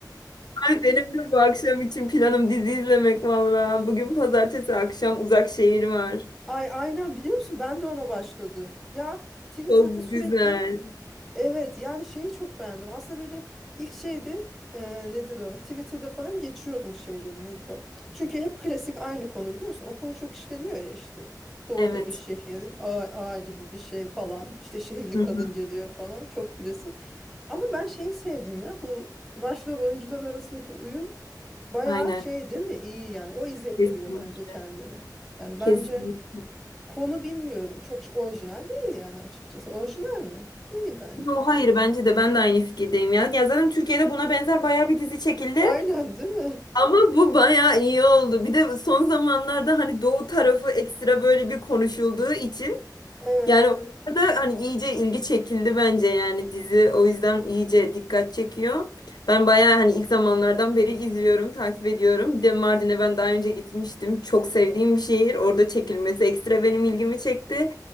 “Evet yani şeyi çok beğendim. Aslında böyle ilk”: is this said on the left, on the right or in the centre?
Centre